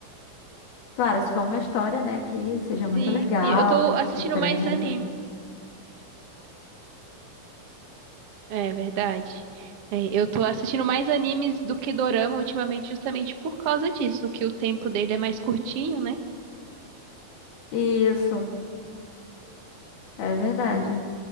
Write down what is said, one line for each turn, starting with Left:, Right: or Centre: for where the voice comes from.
Left: Claro, se for uma história, né, que seja muito
Right: Sim,
Left: legal,
Right: sim. Eu tô
Left: que
Right: assistindo
Left: te prenda.
Right: mais anime. É verdade. É, eu tô assistindo mais animes do que dorama ultimamente, justamente por causa disso, que o tempo dele é mais curtinho, né?
Left: Isso, é verdade.